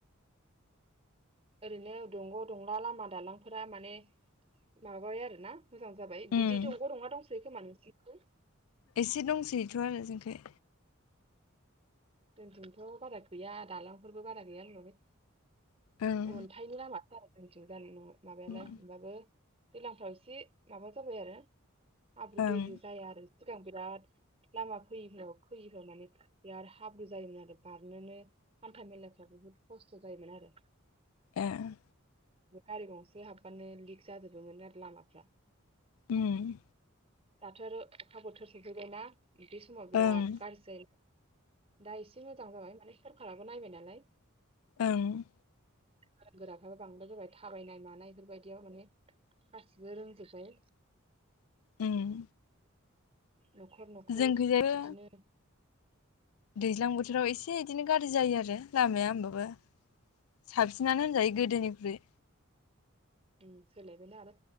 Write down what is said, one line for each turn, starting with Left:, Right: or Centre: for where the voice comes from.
Right: ओरैनो दंग दंला लामा दालांफोरा माने माबायो आरो ना? मोजां जाबाय
Left: उम
Right: बिदि दंग दंला दंसोयो सोयो खोमा नोंसोरनिथिं।
Left: एसे दंसोयोथ आरो जोंखोय।
Right: जोंनिथिंथ बारा गैया दालांफोरबो बारा गैया होनांबाय।
Left: ओं
Right: अन्थाइनि लामा <unintelligible> माबायालाय
Left: ओं
Right: होमबाबो दैज्लांफ्राव एसे माबा जाबाय आरो हाब्रु
Left: ओं
Right: दैब्रु जाया आरो सिगां बिराद लामा फैयिफोराव खैयैफोराव माने बिराद हाब्रु जायोमोन आरो बारनोनो हान्था मेलाफ्रा बुहुद खस्थ जायोमोन आरो
Left: ए
Right: गारि गंसे हाबबानो लिक जाजोबोमोन आरो लामाफ्रा।
Left: उम
Right: दाथ आरो अखा बोथोर सफैबाय ना बिदि समाव
Left: ओं
Right: बिराद गारजि जायो। दा एसे मोजां जाबाय माने सरखाराबो नायबाय नालाय।
Left: ओं
Right: गोरों गोराफ्राबो बांद्राय जाबाय थाबायनाय मानाय बेफोरबायदियाव माने गासिबो रोंजोब्बाय।
Left: उम
Right: नखर नखर
Left: जोंखैजायबो
Right: इदिनो
Left: दैज्लां बोथोराव एसे इदिनो गाज्रि जायो आरो लामाया होमबाबो साबसिनानो होनजायो गोदोनिख्रुइ।
Right: उम सोलायबायना आरो